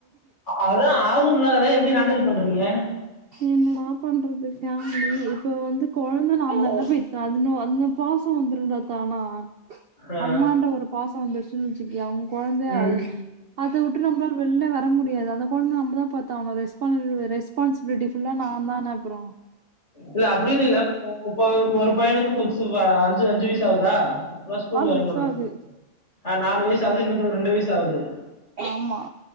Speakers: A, on the left (about 50°); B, on the right (about 60°).
A: அதா ஆகும்ல அதலா எப்டி ஹேண்டில் பண்றீங்க
B: என்னடா பண்றது ஃபேமிலி இப்ப வந்து கொழந்த நான்தான பெத்த அதுங்க வந்து பாச வந்துருண்டா தானா
A: ஆ.
B: அம்மான்ற ஒரு பாச வந்துருச்சுன் வச்சுக்கயே அவங்க கொழந்த
A: ம்.
B: அது அதை விட்டு நம்மாள வெளிலயே வர முடியாது அந்த கொழந்த நம்மதா பாத்தாவனு ரெஸ்பா ரெஸ்பான்ஸ் பியூட்டிஃபுல்லா நா தான அப்பறோ
A: இல்ல அப்படினு இல்ல ஒ ஒரு பையனுக்கு புஸ் அஞ்சு அஞ்சு வயசு ஆவ்தா இப்பதா ஸ்கூல் ஜாயின்
B: வயசு
A: பன்னாங்க
B: ஆகுது.
A: <inaudible> ஆ நாலு வயசு ஆவுது இன்னொருத்தவன் ரெண்டு வயசு ஆவுது
B: ஆமா,